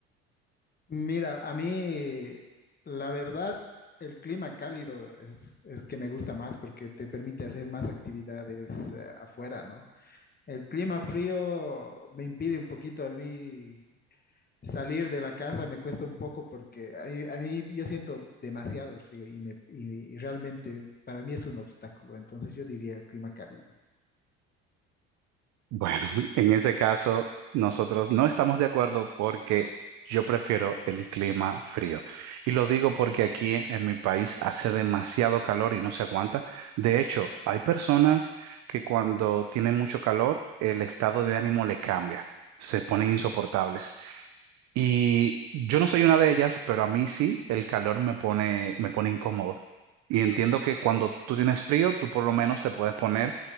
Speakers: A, on the left; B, on the right.
A: Mira, a mí la verdad el clima cálido es, es que me gusta más porque te permite hacer más actividades eh, afuera, ¿no? El clima frío me impide un poquito a mí salir de la casa, me cuesta un poco porque a mí, a mí yo siento demasiado el frío y, me, y y realmente para mí es un obstáculo, entonces yo diría el clima cálido.
B: Bueno, <laughs> en ese caso, nosotros no estamos de acuerdo porque yo prefiero el clima frío. Y lo digo porque aquí en mi país hace demasiado calor y no se aguanta. De hecho, hay personas que cuando tienen mucho calor, el estado de ánimo le cambia, se ponen insoportables. Y yo no soy una de ellas, pero a mí sí, el calor me pone, me pone incómodo. Y entiendo que cuando tú tienes frío, tú por lo menos te puedes poner